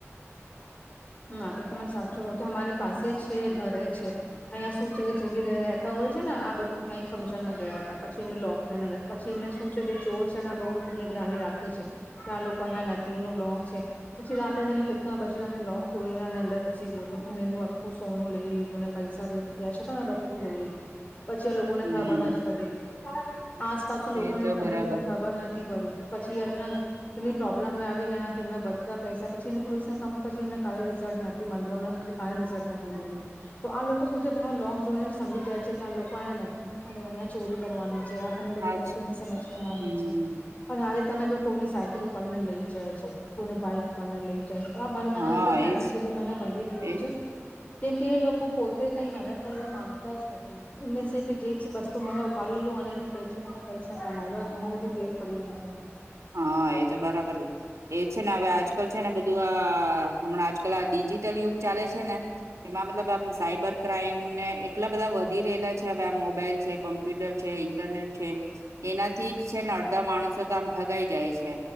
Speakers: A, on the left (about 30°); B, on the right (about 85°).
A: ના તો તમે સાચું હો. અમારે પાસે જ છે ઘરે જ છે અહીંયા શું છે કે જે બી રહેતા હોય છે ને આ બધું કઈ ફંક્શનમાં ગયા હતા પછી એમને લોક કર પછી એમને શું છે જે ચોર છેને બહુ નિગરાની રાખે છે કે આ લોકો અહીંયા નથી એમનું લોક છે પછી રાતે જને કેટના બસે એ લોક. તોડીનેને અંદર ઘુસી ગયો હતું અને એમનું આખું સોનું લઈ લીધું અને પૈસા લ કેશ હતા ને બધું લઈ લીધું. પછી આ લોકોને
B: હમ
A: ખાવા ના જ પડે. હા ભાઈ આસપાસના લોકોને
B: એ તો
A: બી ઘણી
B: બરાબર
A: બધી ખબર નથી. પડી પછી એ એમની પ્રોબ્લેમ આવી ગયા કે એમના બધા પૈસા પછી એ પોલીસ ના કામ પછી એમ. કઈ રિઝો નથી મળવામં સુધી. કાઈ રિઝલ્ટ નથી
B: હમ
A: મળ્યું તો આ લોકો શું છે ભાઈ લોક જોઈ ને સમજી જાય છે કે આ લોકો અહીંયા નથી અને અહંયા ચોરી કરવાની. ત્યાં ઘણી બધી
B: આજ
A: વસ્તુને સમજ આવે
B: હમ
A: છે અને આ ર. તમે જો કોઈની સાયકલ ઉપાડી લઈ જાય છે કોઈની બાઈક ઉપાડી લઈ જાય છે. હ ભારી
B: હા
A: ઘના બ. ક્રાઈમ
B: એજ
A: છે જો તને ભલી ગયું
B: એજ
A: છે. કેમ કે એ લોકો પોતે કઈ મહેનત કરવા માંગતા જ નથી. એમને શે કે જે જ વસ્તુ મને ઉપાડી લો. અને એનું બેચીને પૈસા કમાય લો. ઘણી બધી ટેવ પડી ગઈ છે એમને.
B: હા એ તો બરાબર. એ છે ને હવે આજ છે ને બધું આ હમણાંજ અલા ડીજી ટલ યુગ ચાલે છે ને એમાં મતલબ આમ સાયબર ક્રાઈમ ને આટલા બધા વધી રેલા છે હવે આ મોબાઈલ છે, કોમ્પ્યુટર છે, ઇન્ટરનેટ છે, એનાથી જ છે ને અડ તાર માણસ તો આમ ભગાઈ જાય છે.